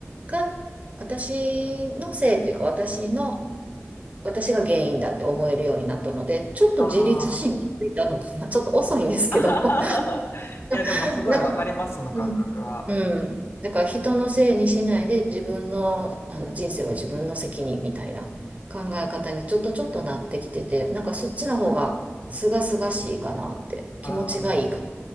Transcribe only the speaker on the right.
が、私のせいっていうか、私の私が原因だって思えるようになったので、ちょっと自律神経ついたのかな。
ちょっと遅いんですけど。
<laughs> なんか、
うん。うん。だから人のせいにしないで自分の、あの人生は自分の責任みたいな考え方にちょっとちょっとなってきてて、なんかそっちの方が清々しいかなって気持ちがいいか